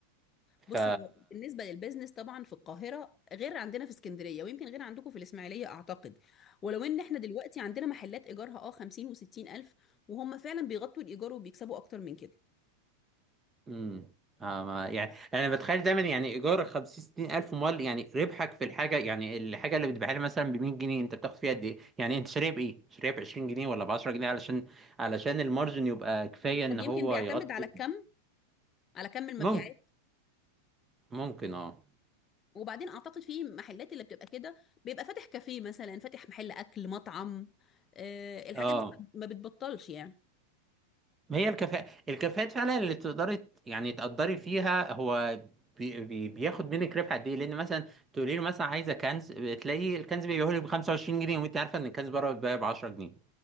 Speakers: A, on the left; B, on the right.
A: بص
B: ف
A: هو بالنسبه للبيزنس طبعا في القاهره غير عندنا في اسكندريه ويمكن غير عندكم في الاسماعيليه اعتقد ولو ان احنا دلوقتي عندنا محلات ايجارها اه 50 و60 الف وهم فعلا بيغطوا الايجار وبيكسبوا اكتر من كده
B: امم آه ما- يعني انا بتخيل دايما يعني ايجار 50 60 الف مال يعني ربحك في الحاجه يعني الحاجه اللي بتبيعها لي مثلا ب 100 جنيه انت بتاخد فيها قد ايه يعني انت شاريها بايه شاريها ب 20 جنيه ولا ب 10 جنيه علشان علشان المارجن يبقى كفايه ان
A: طب
B: هو
A: يمكن بيعتمد
B: يغطي
A: على الكم على كم المبيعات
B: ممكن ممكن اه
A: وبعدين اعتقد في محلات اللي بتبقى كده بيبقى فاتح كافيه مثلا فاتح محل اكل مطعم أه الحاجات
B: اه
A: دي ما بتبطلش يعني
B: ما هي الكفاءه الكفاءات فعلا اللي تقدري ت- يعني تقدري فيها هو بي بي بياخد منك ربح قد ايه لان مثلا تقولي له مثلا عايزه كنز تلاقي الكنز بيبيعه لك ب 25 جنيه وانت عارفه ان الكنز بره بيتباع ب 10 جنيه